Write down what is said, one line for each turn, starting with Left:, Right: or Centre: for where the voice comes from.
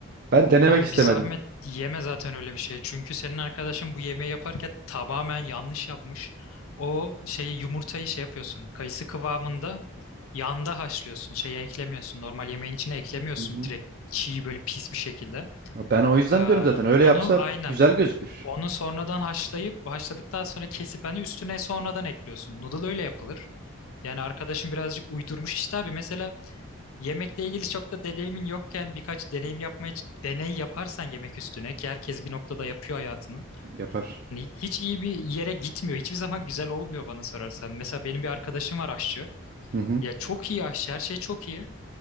Right: Ben denemek
Left: Abi
Right: istemedim.
Left: bir zahmet yeme zaten öyle bir şey. Çünkü senin arkadaşın bu yemeği yaparken tamamen yanlış yapmış. O şeyi yumurtayı şey yapıyorsun. Kayısı kıvamında yanda haşlıyorsun. Şeye eklemiyorsun. Normal yemeğin içine eklemiyorsun.
Right: Hı hı.
Left: Direkt çiğ böyle pis bir şekilde.
Right: Ya Ben o yüzden
Left: Ee,
Right: diyorum zaten öyle
Left: onu
Right: yapsa
Left: aynen
Right: güzel gözükür.
Left: onu sonradan haşlayıp haşladıktan sonra kesip hani üstüne sonradan ekliyorsun. Noodle öyle yapılır. Yani arkadaşım birazcık uydurmuş işte abi. Mesela Yemekle ilgili çok da deneyimin yokken birkaç deneyim yapmaya deney yaparsan yemek üstüne ki herkes bir noktada yapıyor hayatının.
Right: Yapar.
Left: Hani hiç iyi bir yere gitmiyor. Hiçbir zaman güzel olmuyor bana sorarsan. Mesela benim bir arkadaşım var aşçı.
Right: Hı hı.
Left: Ya çok iyi aşçı, her şey çok iyi.